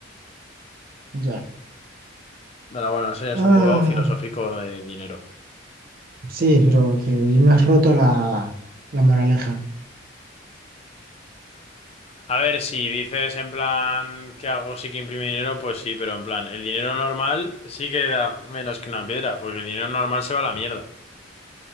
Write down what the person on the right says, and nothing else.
ya.
Ah,
sí, pero que hoy me has roto la, la moraleja.